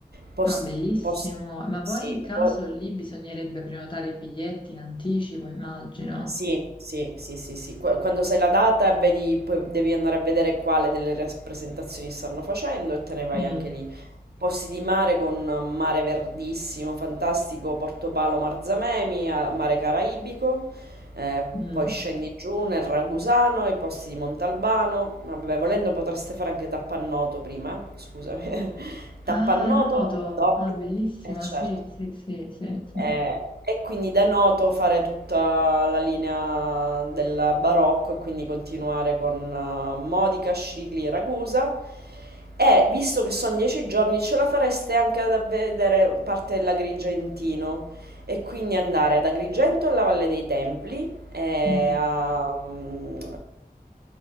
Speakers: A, on the right; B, on the left.
A: Post,
B: Ah, bellissimo.
A: post-
B: Ma poi
A: sì,
B: in caso
A: po-
B: lì bisognerebbe prenotare i biglietti in anticipo, immagino.
A: Sì, sì, sì, sì, sì. Qu- Quando sai la data e vedi, poi devi andare a vedere quale delle rappresentazioni stanno facendo e te ne vai
B: Mm,
A: anche lì. Posti di mare con mare verdissimo, fantastico, Portopalo, Marzamemi, a- mare caraibico, eh,
B: mm.
A: poi scendi giù nel Ragusano, i posti di Montalbano. Vabbè, volendo potreste fare anche Tappannoto prima, eh. Scusami. <laughs> Tappannoto,
B: Ah, noto.
A: d'obbligo,
B: Ah, bellissima,
A: eh certo.
B: sì, sì, sì, sì, sì.
A: Eh, e quindi da Noto fare tutta la linea del barocco e quindi continuare con eh, Modica, Scicli, Ragusa. E visto che sono dieci giorni, ce la fareste anche ad vedere parte della Grigia in Tino. E quindi andare ad Agrigento alla Valle dei Templi e
B: Mm,
A: a... mm,